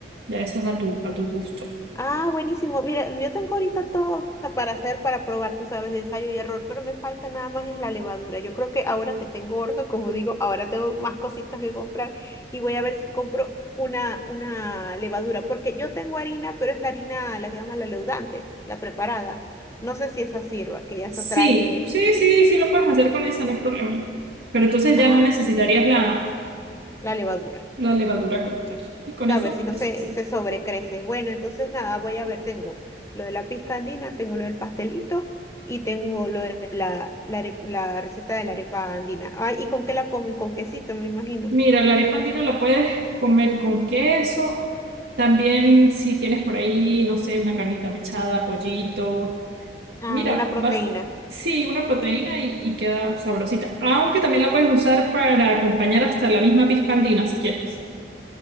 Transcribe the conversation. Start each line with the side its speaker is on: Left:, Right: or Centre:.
Right: Ya eso es a tu, a tu gusto.
Left: Ah, buenísimo. Mira, yo tengo ahorita todo para hacer, para probar, tú sabes, de ensayo y error, pero me falta nada más es la levadura. Yo creo que ahora que tengo horno, como digo, ahora tengo más cositas que comprar y voy a ver si compro una, una levadura, porque yo tengo harina, pero es la harina, la que llaman la leudante, la preparada. No sé si esa sirva, que ya
Right: Sí,
Left: se trae,
Right: sí, sí, sí lo puedes hacer con esa, no hay problema. Pero entonces ya
Left: ah,
Right: no necesitarías la,
Left: la levadura.
Right: la levadura como tal. Y con
Left: Claro,
Right: eso
Left: si no
Right: es
Left: se,
Right: suficiente.
Left: se sobrecrece. Bueno, entonces nada, voy a ver, tengo lo de la pizca andina, tengo lo del pastelito y tengo lo de la, la, are- la receta de la arepa andina. Ah, ¿y con qué la comen? Con quesito, me imagino.
Right: Mira, la arepa andina la puedes comer con queso. También si tienes por ahí, no sé, una carnita mechada, pollito.
Left: Ah,
Right: Mira,
Left: una proteína.
Right: vas, sí, una proteína y, y queda sabrosita. Aunque también la puedes usar para acompañar hasta la misma pisca andina si quieres.